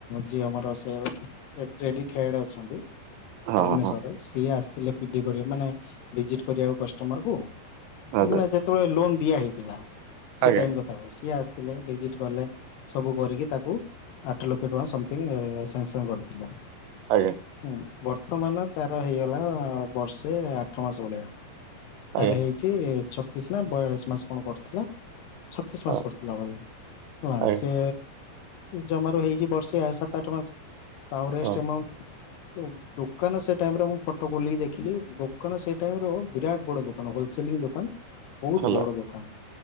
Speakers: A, on the left; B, on the right.
A: ଯିଏ ଆମର ସେଭ ସେଡିକ ଖେଳାଡ ହେଡ ଅଛନ୍ତି।
B: ହଁ
A: ଭୁବନେଶ୍ବରରେ,
B: ହଁ ହଁ
A: ସିଏ ଆସିଥିଲେ ପିଡି କରିବା ମାନେ ଭିଜିଟ କରିବାକୁ କଷ୍ଟମର କୁ। ହଁ
B: ଆଜ୍ଞା
A: ମାନେ ଯେତେବେଳେ ଲୋନ୍ ଦିଆ ହେଇଥିଲା, ସେ
B: ଆଜ୍ଞା
A: ଟାଇମ କଥା। ତାକୁ ସିଏ ଆସିଥିଲେ, ଭିଜିଟ କଲେ, ସବୁ କରିକି ତାକୁ ଆଠ ଲକ୍ଷ ଟଙ୍କା ସମଥିଙ୍ଗ ସାଙ୍ଗସଙ୍ଗ କରିଥିଲେ।
B: ଆଜ୍ଞା।
A: ହୁଁ ବର୍ତ୍ତମାନ ତାର ହେଇଗଲା ବର୍ଷେ ଆଠ ମାସ ଭଳିଆ। ତାର
B: ଆଜ୍ଞା
A: ହେଇଛି ଛତିଶ ନା ବୟାଳିଶ ମାସ କଣ କରୁଥିଲା। ଛତିଶ ମାସ
B: ହଁ
A: ପଡିଥିଲା ହେଲା
B: ଆଜ୍ଞା
A: ସେ ଜମାରୁ ହେଇଛି ବର୍ଷେ ସାତ ଆଠ ମାସ ଆଉ ରେଷ୍ଟମାଉଣ୍ଟ।
B: ହଁ
A: ଦୋକାନ ସେ ଟାଇ ରେ ମୁଁ ଫଟୋ ଖୋଲିକି ଦେଖିଲି ଦୋକାନ ସେ ଟାଇମରେ ବିରାଟ ବଡ ଦୋକାନ ଖ ସେଲିଂ ଦୋକାନ ବହୁତ
B: ହେଲା
A: ବଡ ଦୋକାନ।